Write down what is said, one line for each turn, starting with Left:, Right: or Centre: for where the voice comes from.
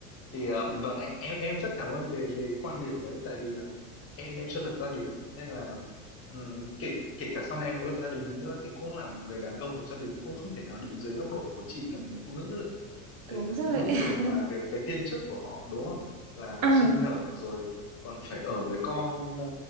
Left: thì ờ, vâng em em em rất cảm ơn về về cái quan điểm đấy tại vì là em em chưa lập gia đình nên là ừm, kể kể cả sau này em có lập gia đình đi nữa thì cũng là một người đàn ông lập gia đình cũng không thể nào đứng dưới góc độ của chị là một người phụ nữ được
Right: Đúng
Left: Vì người
Right: rồi.
Left: phụ nữ
Right: <laughs>
Left: thường là cái cái thiên chức của họ đúng không là
Right: ờ
Left: sinh nở rồi còn phải ở với con ờ,